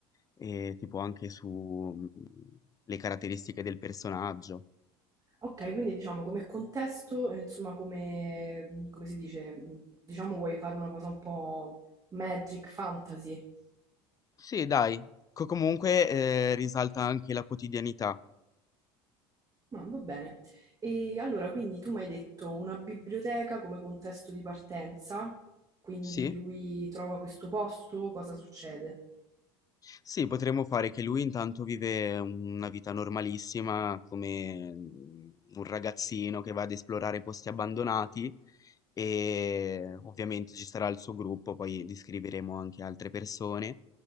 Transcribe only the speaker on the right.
Ok, quindi diciamo come contesto, eh, insomma, come, come si dice, mh, diciamo vuoi fare una cosa un po' magic fantasy,
ma va bene. E allora, quindi tu mi hai detto una biblioteca come contesto di partenza, quindi
lui trova questo posto, cosa succede?